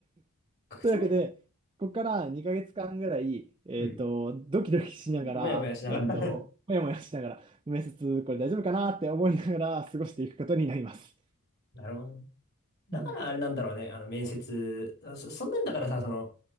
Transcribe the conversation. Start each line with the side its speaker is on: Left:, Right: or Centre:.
Left: 書けつない。
Right: というわけで、ここから2ヶ月間ぐらい、えっと、
Left: うん。
Right: ドキドキしながら、
Left: もやもやしながら。
Right: えっと、もやもやしながら、面接、これ大丈夫かなって思いながら過ごしていくことになります。
Left: <laughs> なるほどね。だからあれなんだろうね。
Right: <laughs> うん。
Left: あの、面接。あそ、そんなんだからさ、その、